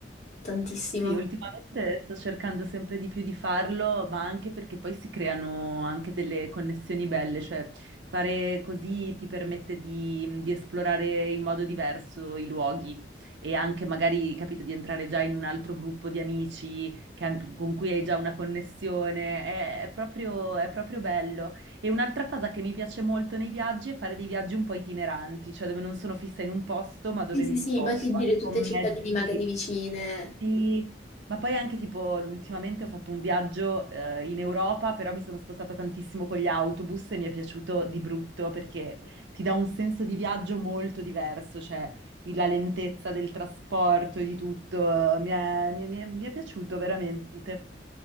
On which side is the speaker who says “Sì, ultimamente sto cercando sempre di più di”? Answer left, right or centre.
Right